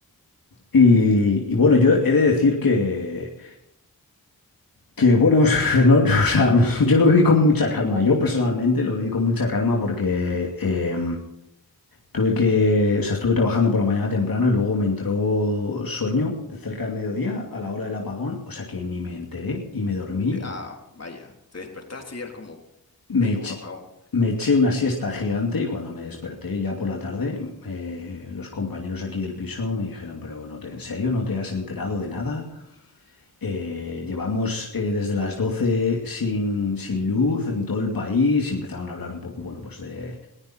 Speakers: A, on the left (about 70°); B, on the left (about 45°).
A: y, y bueno, yo he de decir que, que bueno, <laughs> no, o sea, yo lo viví con mucha calma. Yo personalmente lo viví con mucha calma porque eh, Tuve que, o sea, estuve trabajando por la mañana temprano y luego me entró sueño cerca del mediodía a la hora del apagón, o sea que ni me enteré y me dormí.
B: ni te- ah, vaya, te despertaste y eras como,
A: Me,
B: hey,
A: ech-
B: hubo un apagón.
A: me eché una siesta gigante y cuando me desperté ya por la tarde, eh, los compañeros aquí del piso me dijeron, pero no te, ¿en serio no te has enterado de nada? Eh, llevamos eh, desde las 12 sin, sin luz en todo el país y empezaron a hablar un poco, bueno, pues de